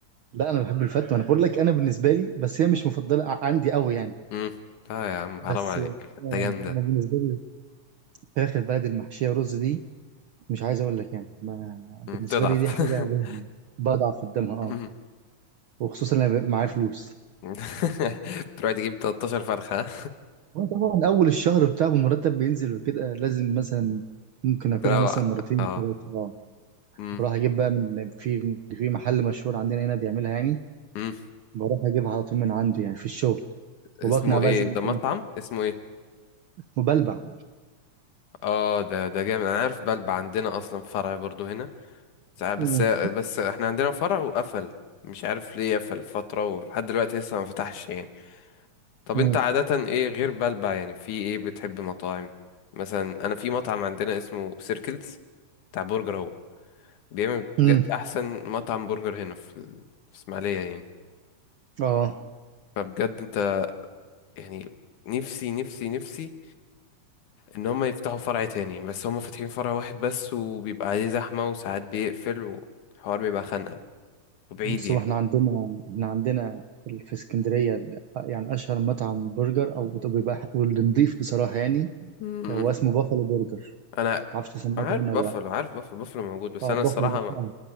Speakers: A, on the right; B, on the left.
A: لا انا بحب الفتة انا بقول لك انا بالنسبه لي بس هي مش مفضله ع- عندي قوي يعني
B: امم اه يا عم حرام
A: بس
B: عليك
A: يعني
B: فتة
A: انا
B: جامدة
A: بالنسبه لي فراخ البلد المحشيه رز دي مش عايز اقول لك يعني ما
B: مم،
A: بالنسبه
B: بتضعف
A: لي دي
B: <laughs>
A: حاجه بضعف قدامها اه
B: مم.
A: وخصوصا لما بيبقى معايا فلوس
B: <laughs> بتروح تجيب 13 فرخة ها؟
A: وانا طبعا اول الشهر بتاع المرتب بينزل وكده لازم مثلا ممكن
B: <laughs>
A: اكلها
B: تروح
A: مثلا مرتين
B: اه
A: ثلاثه اه
B: مم.
A: بروح اجيب بقى من في في محل مشهور عندنا هنا بيعملها يعني
B: مم.
A: بروح اجيبها على طول من عنده يعني في الشغل
B: اسمه
A: وبقنع بقى
B: ايه
A: زي ما
B: ده مطعم
A: كنت
B: اسمه ايه
A: وبلبع
B: اه ده ده جامد انا عارف بلبع عندنا اصلا فرع برضو هنا ساعة- بس
A: مم.
B: بس احنا عندنا فرع وقفل مش عارف ليه قفل فترة ولحد دلوقتي لسه ما فتحش يعني طب
A: مم.
B: انت عادة ايه غير بلبع يعني في ايه بتحب مطاعم مثلا انا في مطعم عندنا اسمه سيركلز بتاع برجر هو بيعمل
A: مم.
B: بجد احسن مطعم برجر هنا في ال- في اسماعيليه يعني
A: اه
B: فبجد انت يعني نفسي نفسي نفسي ان هم يفتحوا فرع تاني بس هم فاتحين فرع واحد بس وبيبقى عليه زحمه وساعات بيقفل والحوار بيبقى خانقه وبعيد
A: بص
B: يعني
A: هو احنا عندنا احنا عندنا في اسكندرية ال- يعني أشهر مطعم برجر أو بيبقى واللي نضيف بصراحة يعني
B: مم.
A: هو اسمه بافلو برجر
B: انا
A: معرفش سمعت
B: انا
A: عنه
B: عارف بافلو
A: ولا لأ
B: عارف بافلو بافلو موجود بس
A: اه
B: انا الصراحه
A: بافلو
B: ما
A: آه.